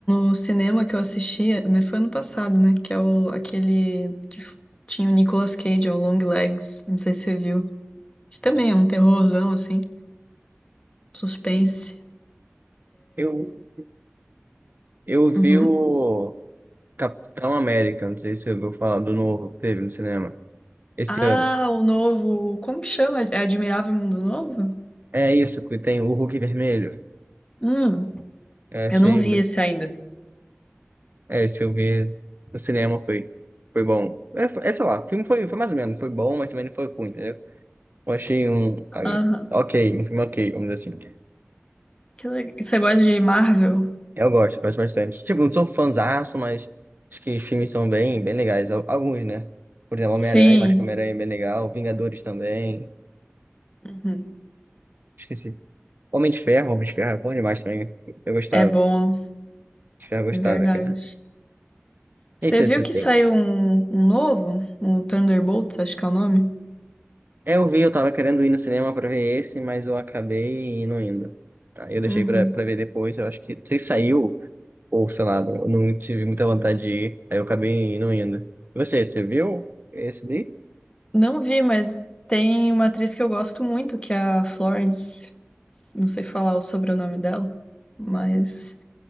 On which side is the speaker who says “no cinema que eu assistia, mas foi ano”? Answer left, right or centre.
Left